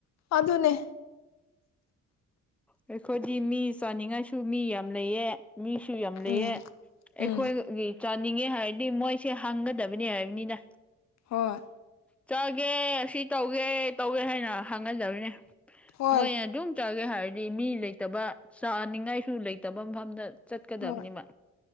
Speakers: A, on the left; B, in the centre.
A: ꯑꯗꯨꯅꯦ
B: ꯑꯩꯈꯣꯏꯗꯤ ꯃꯤ ꯆꯥꯅꯤꯡꯉꯥꯏꯁꯨ ꯃꯤ ꯌꯥꯝ ꯂꯩꯌꯦ ꯃꯤꯁꯨ ꯌꯥꯝ ꯂꯩꯌꯦ
A: ꯎꯝ
B: ꯑꯩꯈꯣꯏ
A: ꯎꯝ
B: ꯒꯤ ꯆꯥꯅꯤꯡꯉꯦ ꯍꯥꯏꯔꯗꯤ ꯃꯣꯏꯁꯦ ꯍꯪꯒꯗꯕꯅꯦ ꯍꯥꯏꯕꯅꯤꯅ
A: ꯍꯣꯏ
B: ꯆꯥꯒꯦ ꯁꯤ ꯇꯧꯒꯦ ꯇꯧꯒꯦ ꯍꯥꯏꯅ ꯍꯪꯒꯗꯕꯅꯦ
A: ꯍꯣꯏ
B: ꯃꯣꯏꯅ ꯑꯗꯨꯝ ꯆꯥꯒꯦ ꯍꯥꯏꯔꯗꯤ ꯃꯤ ꯂꯩꯇꯕ ꯆꯥꯅꯤꯡꯉꯥꯏꯁꯨ ꯂꯩꯇꯕ ꯃꯐꯝꯗ ꯆꯠꯀꯗꯕꯅꯦꯕ
A: ꯍꯣꯏ